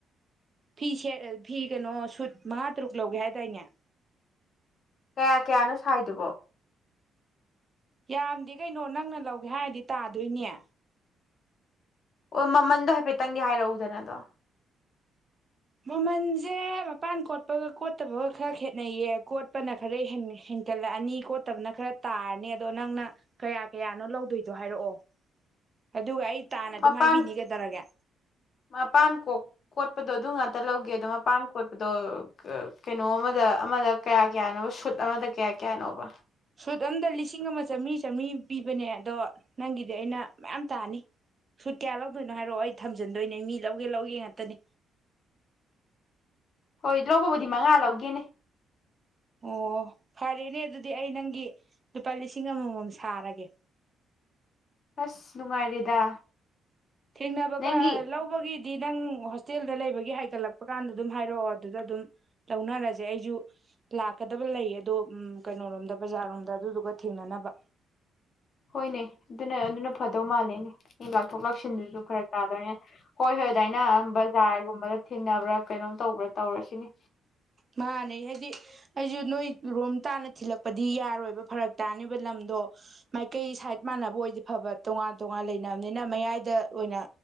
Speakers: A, on the right (about 35°); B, on the left (about 55°).
A: ꯐꯤ ꯁꯦꯑꯦ ꯐꯤ ꯀꯩꯅꯣ ꯁꯨꯠ ꯃꯥ ꯇ꯭ꯔꯨꯛ ꯂꯧꯒꯦ ꯍꯥꯏꯗꯥꯏꯅꯦ꯫
B: ꯀꯌꯥ ꯀꯌꯥꯅꯣ ꯁꯥꯔꯤꯗꯨꯕꯣ꯫
A: ꯌꯥꯝꯗꯦ ꯀꯩꯅꯣ ꯅꯪꯅ ꯂꯧꯒꯦ ꯍꯥꯏꯔꯗꯤ ꯇꯥꯗꯣꯏꯅꯦ꯫
B: ꯑꯣ ꯃꯃꯟꯗꯣ ꯍꯥꯏꯐꯦꯠꯇꯪꯗꯤ ꯍꯥꯏꯔꯛꯎꯗꯅ ꯑꯗꯣ꯫
A: ꯃꯃꯟꯁꯦ ꯃꯄꯥꯟ ꯀꯣꯠꯄꯒ ꯀꯣꯠꯇꯕꯒ ꯈꯔ ꯈꯦꯅꯩꯌꯦ ꯀꯣꯠꯄꯅ ꯈꯔ ꯍꯦꯟ ꯍꯦꯟꯀꯠꯂꯛꯑꯅꯤ ꯀꯣꯠꯇꯕꯅ ꯈꯔ ꯇꯥꯔꯅꯤ ꯑꯗꯣ ꯅꯪꯅ ꯀꯌꯥ ꯀꯌꯥꯅꯣ ꯂꯧꯗꯣꯏꯗꯣ ꯍꯥꯏꯔꯛꯑꯣ꯫ ꯑꯗꯨꯒ ꯑꯩ ꯇꯥꯅ ꯑꯗꯨꯝ
B: ꯃꯄꯥꯟ
A: ꯍꯥꯏꯕꯤꯅꯤ ꯀꯩꯗꯧꯔꯒꯦ꯫
B: ꯃꯄꯥꯟ ꯀꯣꯛ ꯀꯣꯠꯄꯗꯣ ꯑꯗꯨ ꯉꯥꯛꯇ ꯂꯧꯒꯦ ꯑꯗꯣ ꯃꯄꯥꯟ ꯀꯣꯠꯄꯗꯣ ꯀꯩꯅꯣ ꯑꯃꯗ ꯑꯃꯗ ꯀꯌꯥ ꯀꯌꯥꯅꯣꯕ ꯁꯨꯠ ꯑꯃꯗ ꯀꯌꯥ ꯀꯌꯥꯅꯣꯕ꯫
A: ꯁꯨꯠ ꯑꯝꯗ ꯂꯤꯁꯤꯡ ꯑꯃ ꯆꯥꯃ꯭ꯔꯤ ꯆꯥꯃ꯭ꯔꯤ ꯄꯤꯕꯅꯦ ꯑꯗꯣ ꯅꯪꯒꯤꯗꯤ ꯑꯩꯅ ꯃꯌꯥꯝ ꯇꯥꯅꯤ ꯁꯨꯠ ꯀꯌꯥ ꯂꯧꯗꯣꯏꯅꯣ ꯍꯥꯏꯔꯛꯑꯣ ꯑꯩ ꯊꯝꯖꯟꯗꯣꯏꯅꯦ ꯃꯤ ꯂꯧꯒꯦ ꯂꯧꯒꯦ ꯉꯥꯇꯅꯤ꯫
B: ꯍꯣꯏ ꯂꯧꯕꯕꯨꯗꯤ ꯃꯉꯥ ꯂꯧꯒꯦꯅꯦ꯫
A: ꯑꯣ ꯐꯥꯔꯦꯅꯦ ꯑꯗꯨꯗꯤ ꯑꯩ ꯅꯪꯒꯤ ꯂꯨꯄꯥ ꯂꯤꯁꯤꯡ ꯑꯃꯃꯝ ꯁꯥꯔꯒꯦ꯫
B: ꯑꯁ ꯅꯨꯡꯉꯥꯏꯔꯦꯗ꯫
A: ꯊꯦꯡꯅꯕꯒ
B: ꯅꯪꯒꯤ
A: ꯑ ꯂꯧꯕꯒꯤ ꯗꯤ ꯅꯪ ꯍꯣꯁꯇꯦꯜꯗ ꯂꯩꯕꯒꯤ ꯍꯥꯏꯒꯠꯂꯛꯄ ꯀꯥꯟꯗꯨꯗ ꯗꯨꯝ ꯍꯥꯏꯔꯛꯑꯣ ꯑꯗꯨꯗ ꯑꯗꯨꯝ ꯂꯧꯅꯔꯁꯦ ꯑꯩꯖꯨ ꯂꯥꯛꯀꯗꯕ ꯂꯩꯌꯦ ꯑꯗꯣ ꯎꯝ ꯀꯩꯅꯣꯔꯣꯝꯗ ꯕꯖꯥꯔꯣꯝꯗ ꯑꯗꯨꯗꯨꯒ ꯊꯦꯡꯅꯅꯕ꯫
B: ꯍꯣꯏꯅꯦ ꯑꯗꯨꯅ ꯑꯗꯨꯅ ꯐꯗꯧ ꯃꯥꯜꯂꯦꯅꯦ꯫ ꯃꯤ ꯂꯥꯛꯊꯣꯛ ꯂꯥꯎꯁꯤꯟꯗꯨꯁꯨ ꯐꯔꯛ ꯇꯥꯗꯣꯏꯅꯦ ꯍꯣꯏ ꯍꯣꯏ ꯑꯗꯥꯏꯅ ꯎꯝ ꯕꯖꯥꯔꯒꯨꯝꯕꯗ ꯊꯦꯡꯅꯕ꯭ꯔ ꯀꯩꯅꯣꯝ ꯇꯧꯕ꯭ꯔ ꯇꯧꯔꯁꯤꯅꯦ꯫
A: ꯃꯥꯥꯅꯦ ꯍꯥꯏꯗꯤ ꯑꯩꯖꯨ ꯅꯣꯏ ꯂꯣꯝ ꯇꯥꯅ ꯊꯤꯜꯂꯛꯄꯗꯤ ꯌꯥꯔꯣꯏꯕ ꯐꯔꯛ ꯇꯥꯅꯦꯕ ꯂꯝꯗꯣ ꯃꯥꯏꯀꯩ ꯁꯥꯏꯠ ꯃꯥꯟꯅꯕ ꯑꯣꯏꯔꯗꯤ ꯐꯕ꯫ ꯇꯣꯉꯥꯟ ꯇꯣꯉꯥꯜ ꯂꯩꯅ ꯅꯤꯅ ꯃꯌꯥꯏꯗ ꯑꯣꯏꯅ